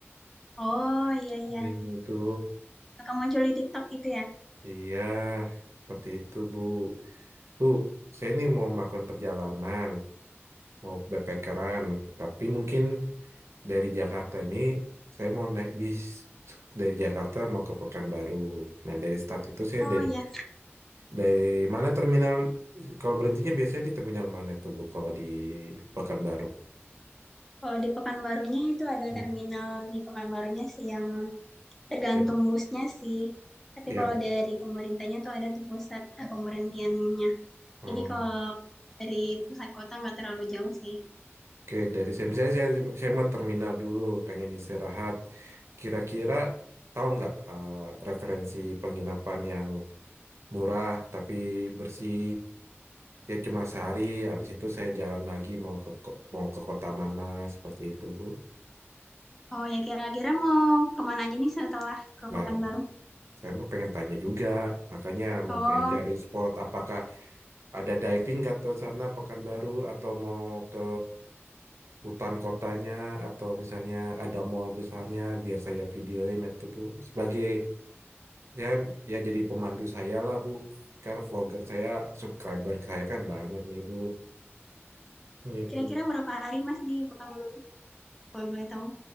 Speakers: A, in the centre; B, on the right.
A: Oh iya iya.
B: Itu
A: Suka muncul di TikTok gitu ya?
B: iya seperti itu Bu. Bu, saya ini mau melakukan perjalanan, mau backpackeran, tapi mungkin dari Jakarta ini saya mau naik bis dari Jakarta mau ke Pekanbaru. Nah, dari start itu saya
A: Oh
B: dari
A: iya.
B: dari mana terminal kalau berhentinya biasanya di terminal mana tuh Bu kalau di Pekanbaru?
A: Kalau di Pekanbarunya itu ada
B: Hmm.
A: terminal di Pekanbarunya sih yang tergantung
B: Yap,
A: busnya sih. Tapi
B: Yang
A: kalau dari pemerintahnya tuh ada tuh pusat eh, pemberhentiannya.
B: um,
A: Jadi kalau dari pusat kota nggak terlalu jauh sih.
B: oke dari saya misalnya saya saya mau terminal dulu pengen istirahat. Kira-kira tahu nggak eh, referensi penginapan yang murah tapi bersih Ya cuma sehari, habis itu saya jalan lagi mau ke ko- mau ke kota mana seperti itu, Bu.
A: Oh ya kira-kira mau kemana aja nih setelah ke
B: Nah,
A: Pekanbaru?
B: saya mau pengen tanya juga, makanya mau
A: Oh
B: cari-cari spot apakah ada diving nggak tuh sana Pekanbaru atau mau ke hutan kotanya atau misalnya ada mall besarnya biar saya videoin itu, Bu. Sebagai ya ya jadi pemandu saya lah, Bu. Karena vlogger saya, subscriber saya kan banyak nih, Bu. Gitu.
A: kira-kira berapa hari Mas di Pekanbarunya? Kalau boleh tahu.